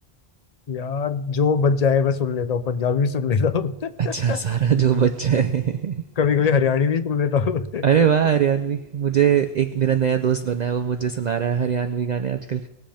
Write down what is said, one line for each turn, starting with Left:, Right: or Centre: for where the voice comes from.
Left: यार जो बच जाए मैं सुन लेता हूँ पंजाबी भी सुन लेता हूँ <laughs> कभी
Right: अच्छा सारा जो बच्चा है <laughs>
Left: कभी कभी हरियाणी भी सुन लेता हूँ <laughs>
Right: अरे वाह हरियाणवी मुझे एक मेरा नया दोस्त बना है वो मुझे सुना रहा है हरियाणवी गाने आजकल